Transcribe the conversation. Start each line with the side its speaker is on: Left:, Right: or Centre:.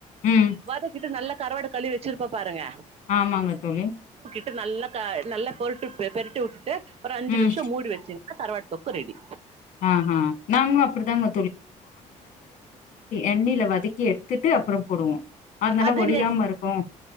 Left: ம்
Right: வதக்கிட்டு நல்லா கருவாடு கழுவி வச்சிருப்போ பாருங்க
Left: ஆமாங்க தோழி
Right: டு நல்லா நல்லா பொருட்டு பெருட்டி விட்டுட்டு ஒரு அஞ்சு
Left: ம்
Right: நிமிஷம் மூடி வச்சு கருவாடு தொக்கு ரெடி
Left: ஆஹா நாங்களு அப்டிதாங்க எண்ணில வதக்கி எடு த்துட்டு அப்புறம் போடுவோம் அதனால
Right: அது
Left: ஒடியாம இருக்கும்